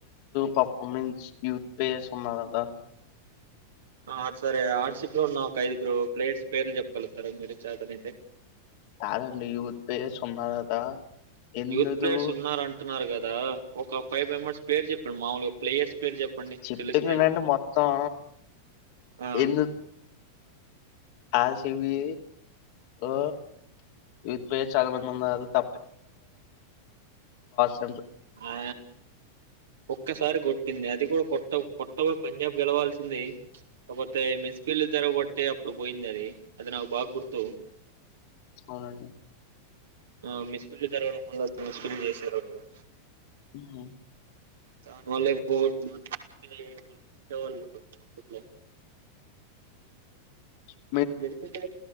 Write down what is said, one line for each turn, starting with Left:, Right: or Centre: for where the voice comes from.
Left: పర్ఫార్మెన్స్ యూత్ ప్లేయర్స్ అన్న కదా
Right: ఆ సరే ఆర్షిబి లో ఉన్న ఒక ఐదుగురు ప్లేయర్స్ పేర్లు చెప్పగలుగుతారు మీరు చేతన అయితే
Left: కదండి యూత్ ప్లేయర్స్ అన్న కదా ఎందుకు
Right: యూత్ ప్లేయర్స్ ఉన్నారూ అంటున్నారు కదా దా ఒక ఫైవ్ మెంబెర్స్ వి పేర్లు చెప్పండి మాముూలుగా ప్లేయర్స్ పేరు చెప్పండి
Left: చెప్పినానండి
Right: తెలిస్తే
Left: మొత్తం
Right: ఆ
Left: ఎందుకు అర్ సి బి ఓ యూత్ ప్లేయర్స్ చాలా మంది ఉన్నారు త <inaudible>
Right: ఆ ఒక్కసారి కొట్టింది అది అది కూడా కొత్త కొత్త పోయి పంజాబ్ గెలవాల్సింది కాకపోతే మిస్ ఫీల్డ్ జరగబట్టి అప్పుడు పోయింది అది అది నాకు బాగా గుర్తు
Left: అవునండి
Right: ఆ మెస్పిల్లు తరగడం వల్ల మిస్పిల్లు చేశారు వాళ్ళు
Left: హ
Right: దాని వల్లే బో <unintelligible> అప్పటిలో
Left: హ
Right: లేకుంటే